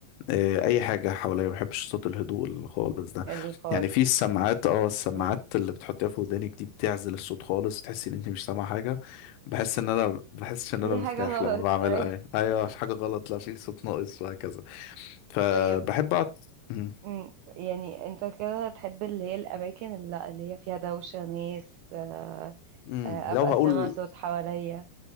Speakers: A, on the left; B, on the right.
A: آه، اي حاجة حواليا ما بحبش صوت الهدوء اللي خالص ده
B: ال خالص
A: يعني في السماعات اه السماعات
B: مم.
A: اللي بتحطيها في ودانك دي بتعزل الصوت خالص تحسي ان انت مش سامعة حاجة بحس ان انا بحسش
B: في
A: ان انا مرتاح
B: حاجة غلط
A: لما بعملها
B: <laughs> أيوة
A: ايوه ايوه مش حاجة غلط لا في صوت ناقص وهكذا فبحب
B: طيب
A: أقعد مم.
B: مم. يعني انت كده تحب اللي هي الأماكن اللي, اللي هي فيها دوشة ناس آه،
A: مم.
B: آه،
A: لو
B: أبقى
A: هقول
B: سامع صوت حواليا